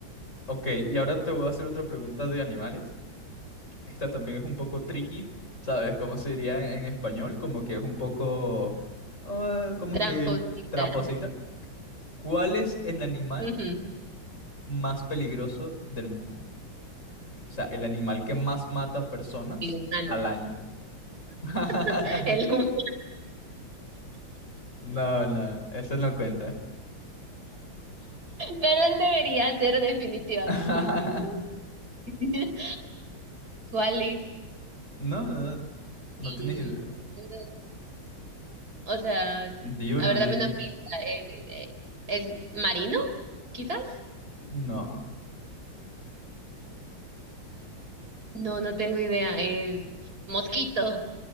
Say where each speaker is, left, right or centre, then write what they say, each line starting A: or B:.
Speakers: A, on the left (about 35°); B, on the right (about 50°).
A: Ok, y ahora te voy a hacer otra pregunta de animales, esta también es un poco tricky, ¿sabes? ¿Cómo se diría en español? Como que es un poco, ah, como
B: tramposita.
A: que tramposita. ¿Cuál es el animal
B: Ujú,
A: más peligroso del mundo? O sea, el animal que más mata personas
B: El humano,
A: al año. <laughs>
B: <laughs> el humano.
A: No, no, eso no cuenta.
B: Pero él debería ser definitivamente.
A: <laughs>
B: No, no sé. <laughs> ¿Cuál es?
A: No, no, no tienes
B: Y,
A: idea.
B: mm, o sea,
A: Di uno,
B: a ver,
A: di
B: dame
A: uno.
B: una pista. Eh, eh, ¿es marino, quizás?
A: No,
B: No, no tengo idea. El mosquito.